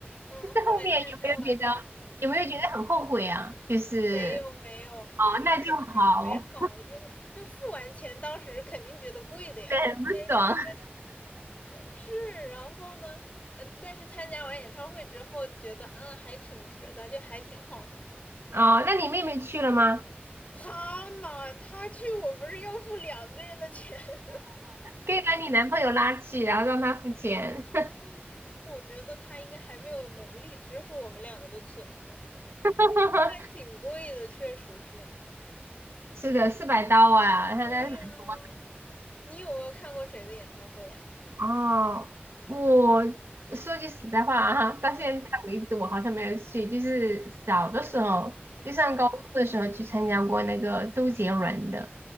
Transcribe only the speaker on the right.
就是后面有没有觉得有没有觉得很后悔啊？
就是
哦，
那就好，
对，很不爽。
哦，那你妹妹去了吗？
可以把你男朋友拉去，然后让他付钱。
<laughs>
是的，四百刀啊，他那是蛮多
哦，我说句实在话啊，到现在为止我好像没有去，
就是小的时候，就上高中的时候去参加过那个周杰伦的，